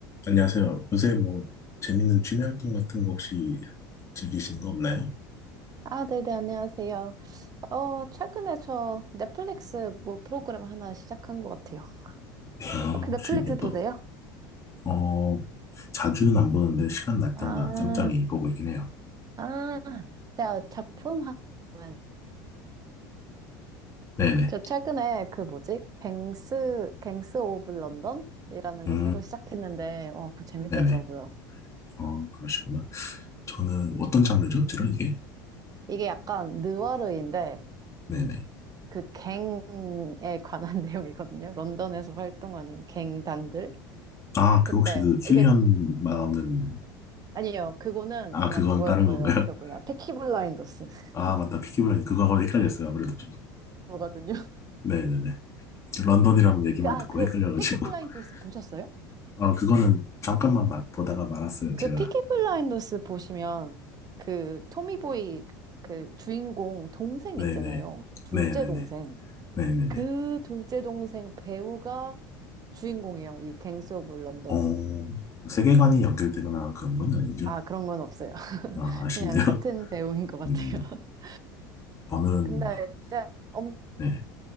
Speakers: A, on the left; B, on the right.
A: 안녕하세요. 요새 뭐 재밌는 취미 활동 같은 거 혹시 즐기시는 거 없나요?
B: 아, 네네, 안녕하세요. 어, 최근에 저 넷플릭스 뭐 프로그램 하나 시작한 것 같아요.
A: 아,
B: 혹시
A: 혹시
B: 넷플릭스
A: 어떤,
B: 보세요?
A: 어, 자주는 안 보는데 시간 날 때마다
B: 아,
A: 짬짬이 보고 있긴 해요.
B: 아, 제가 작품 하면
A: 네네.
B: 저 최근에 그 뭐지? 갱스, 갱스 오브 런던이라는
A: 음,
B: 거 새로 시작했는데, 와, 그거 재밌더라고요.
A: 네네. 어, 그러시구나. 저는 어떤 장르죠? 주로 이게?
B: 이게 약간 느와르인데,
A: 네네.
B: 그 갱에 관한 <laughs> 내용이거든요. 런던에서 활동하는 갱단들.
A: 아, 그
B: 근데
A: 혹시 그 킬리언
B: 이게
A: 나오는,
B: 아니요, 그거는
A: 아,
B: 아마
A: 그건
B: 그거일
A: 다른
B: 거예요.
A: 건가요?
B: 그
A: <laughs>
B: 뭐냐, 피키 블라인더스. <laughs>
A: 아, 맞다. 피키 블라인드. 그거하고 헷갈렸어요. 아무래도. 좀-
B: 블랙버거든요.
A: 네네네. 런던이라는 얘기만
B: 그, 아,
A: 듣고
B: 그
A: 헷갈려가지고.
B: 피키 블라인더스
A: <laughs>
B: 보셨어요?
A: 아, 그거는 잠깐만 마- 보다가 말았어요.
B: 그
A: 제가.
B: 피키 블라인더스 보시면 그 토미보이 그 주인공 동생
A: 네네.
B: 있잖아요. 둘째
A: 네네네.
B: 동생.
A: 네네네.
B: 그 둘째 동생 배우가 주인공이에요. 이 갱스 오브 런던에.
A: 어, 세계관이 연결되거나 그런 건 아니죠.
B: 아, 그런 건 없어요. <laughs>
A: 아, 아쉽네요.
B: 그냥 같은 배우인
A: <laughs>
B: 것 같아요.
A: 음,
B: <laughs>
A: 저는,
B: 근데 진짜 엄,
A: 네.